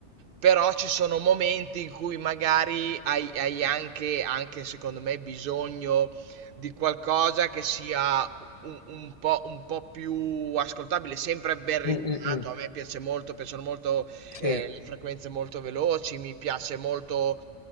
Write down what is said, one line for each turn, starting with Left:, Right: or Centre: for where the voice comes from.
Right: Però ci sono momenti in cui magari hai, hai anche, anche, secondo me, bisogno di qualcosa che sia un, un po', un po' più ascoltabile, sempre ben ritonato.
Left: Mm, mm, mm.
Right: A me piace molto, piacciono molto
Left: Sì.
Right: eh, le frequenze molto veloci, mi piace molto